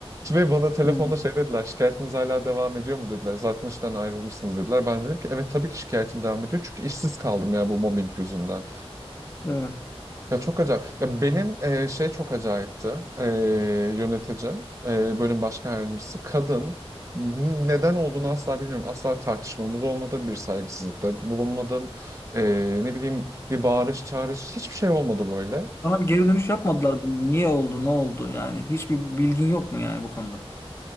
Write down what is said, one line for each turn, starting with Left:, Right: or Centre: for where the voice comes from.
Right: Ve bana telefonda
Left: Hmm,
Right: şey dediler, şikayetiniz hala devam ediyor mu dediler. Zaten işten ayrılmışsınız dediler. Ben dedim ki evet tabii ki şikayetim devam ediyor. Çünkü işsiz kaldım ya bu mobbing yüzünden.
Left: Evet.
Right: Ya çok acayip. Ya benim e, şey çok acayipti. E, yöneticim, e, bölüm başkan yardımcısı kadın. N- Neden olduğunu asla bilmiyorum. Asla tartışmamız olmadı. Bir saygısızlıkta bulunmadım. E, ne bileyim bir bağırış çağırış hiçbir şey olmadı böyle.
Left: Sana bir geri dönüş yapmadılar. mı? Niye oldu, ne oldu yani? Hiçbir bilgin yok mu yani bu konuda?